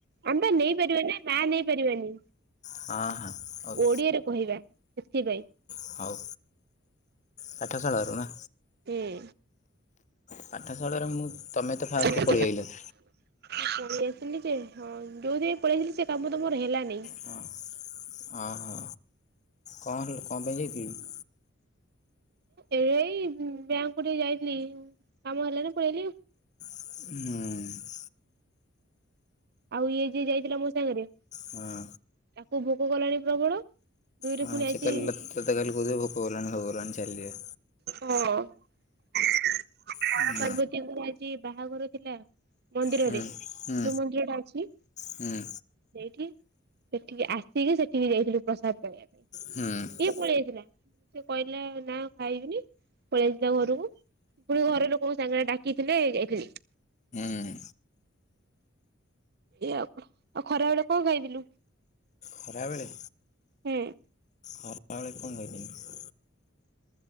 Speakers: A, on the right; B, on the left.
A: ଆମେ ପା ନେଇପାରିବାନି ନାଁ ନେଇ ପାରିବାନି
B: ହଁ ହଁ ହଉ
A: ଓଡିଆରେ କହିବା ସେଥିପାଇଁ।
B: ହୋଉ ପାଠଶାଳାରୁ ନା।
A: କିଏ?
B: ପାଠଶାଳରୁ ମୁଁ ତମେ ତ ଫାଷ୍ଟ
A: ମୁଁ
B: ପଳେଇ ଆଇଲ।
A: ପଳେଇ ଆସିଲି ଯେ ହଁ ଯୋଉଥିପାଇଁ ପଳେଇଥିଲି ସେ କାମ ତ ମୋର ହେଲାନେଇ।
B: ହଁ ହଁ ହଁ, କଣ କଣ ପାଇଁ ଯାଇଥିଲୁ?
A: ଏବେ ଏଇ ବ୍ୟାଙ୍କ କୁ ଟିକେ ଯାଇଥିଲି କାମ ହେଲାନ ପଳେଇ ଆଇଲି ଆଉ।
B: ହୁଁ।
A: ଆଉ ଇଏ ଯିଏ ଯାଇଥିଲା ମୋ ସାଙ୍ଗ ରେ
B: ହଁ।
A: ତାକୁ ଭୋକ କଲାଣି ପ୍ରବଳ। ଦୁଇରେ
B: ହଁ,
A: ପୁଣି ଆଜି
B: ସିଏ ଖାଲି ତତେ ଖାଲି କହୁଥିବେ ଭୋକ କଲାଣି ଭୋକ କଲାଣି ଚାଲ ଯିବା।
A: ହଁ। ହର
B: ହୁଁ
A: ପାର୍ବତୀଙ୍କର ଆଜି ବାହାଘର ଥିଲା। ମନ୍ଦିରରେ।
B: ହୁଁ
A: ଯୋଉ
B: ହୁଁ
A: ମନ୍ଦିର ଟା ଅଛି।
B: ହୁଁ
A: ସେଇଠି, ସେଠିକି ଆସିକି ସେଠିକି ଯାଇଥିଲୁ ପ୍ରସାଦ ପାଇଁ ଆମେ।
B: ହୁଁ
A: ସିଏ ପଳେଇ ଆଇଥିଲା। ସେ କହିଲା ନା ଖଇବିନି ପଳେଇ ଆଇଥିଲା ଘରକୁ। ପୁଣି ଘରେ ଲୋକଙ୍କ ସାଙ୍ଗରେ ଡାକିଥିଲେ ଯାଇଥିଲି।
B: ହୁଁ।
A: ଏଇ ଆଉ କଣ। ଆଉ ଖରା ବେଳେ କଣ ଖାଇଥିଲୁ?
B: ଖରାବେଳେ?
A: ହୁଁ।
B: ଖରାବେଳେ କଣ ଖାଇଥିଲି?